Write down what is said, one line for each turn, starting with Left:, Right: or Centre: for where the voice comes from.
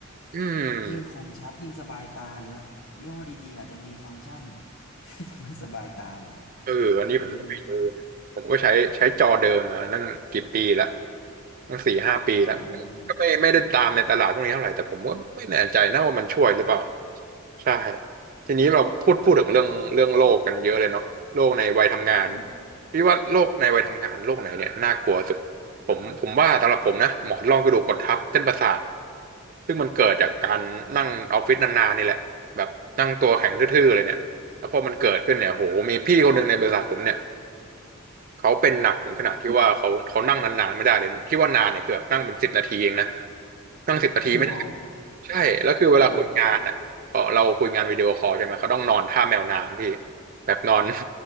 Right: อืม
Left: ยิ่งคมชัดยิ่งสบายตาหรือแบบยี่ห้อดีๆอาจจะมีฟังก์ชัน <laughs> ช่วยทำให้สบายตาอะไรอย่างเงี้ย
Right: เอออันนี้ผมก็ไม่รู้นะผมก็ใช้ใช้จอเดิมมานั่งกี่ปีละ
Left: ไม่รู้มีผล
Right: ตั้งสี่ห้าปีละ
Left: อ่า
Right: ก็ไม่ไม่ได้ตามในตลาดพวกนี้เท่าไหร่แต่ผมว่าไม่แน่ใจนะว่ามันช่วยหรือเปล่าใช่ทีนี้เราพูดพูดถึงเรื่องเรื่องโลกกันเยอะเลยเนาะโลกในวัยทำงาน
Left: อืม
Right: พี่ว่าโลกในวัยทำงานโลกไหนเนี่ยน่ากลัวสุดผมผมว่าสำหรับผมนะหมอนรองกระดูกกดทับเส้นประสาทซึ่งมันเกิดจากการนั่งออฟฟิศนานๆนี่แหละแบบนั่งตัวแข็งทื่อๆเลยเนี่ย แล้วพอมันเกิดขึ้นเนี่ยโหมีพี่คนหนึ่งในบริษัทผมเนี่ยเขาเป็นหนักถึงขนาดที่ว่าเขาเขานั่งนานๆไม่ได้เลยที่ว่านานเนี่ยคือแบบนั่งเป็นสิบนาทีเองนะนั่งสิบนาทีไม่ได้
Left: <laughs> น้อย
Right: ใช่แล้วคือเวลาคุยงานอ่ะเราเราคุยงานวิดีโอคอลใช่ไหมเขาต้องนอนท่าแมวน้ำพี่
Left: เออ
Right: แบบนอน